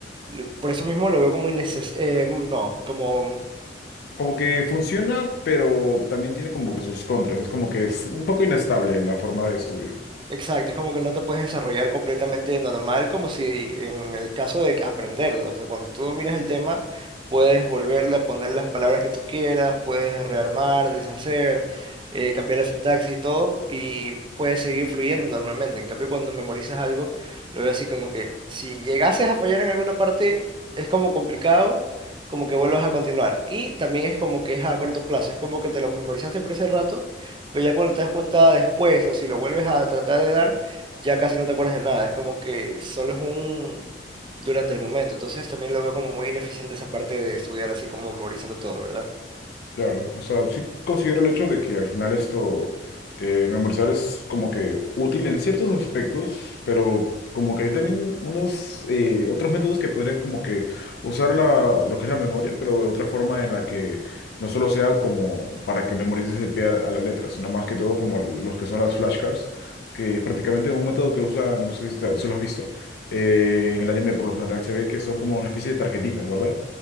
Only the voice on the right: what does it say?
lo- por eso mismo lo veo como innecesario, no, como...
Exacto, es como que no te puedes desarrollar completamente normal, como si en el caso de aprenderlo. O sea, cuando tú miras el tema, puedes volverle a poner las palabras que tú quieras, puedes rearmar, deshacer, eh, cambiar la sintaxis y todo, y puedes seguir fluyendo normalmente. En cambio, cuando memorizas algo, lo veo así como que si llegases a fallar en alguna parte, es como complicado, como que vuelvas a continuar. Y también es como que es a corto plazo, es como que te lo memorizaste por ese rato pero ya cuando te das cuenta después o si lo vuelves a tratar de dar, ya casi no te acuerdas de nada, es como que solo es un durante el momento, entonces también lo veo como muy ineficiente esa parte de estudiar así como memorizando todo, ¿verdad?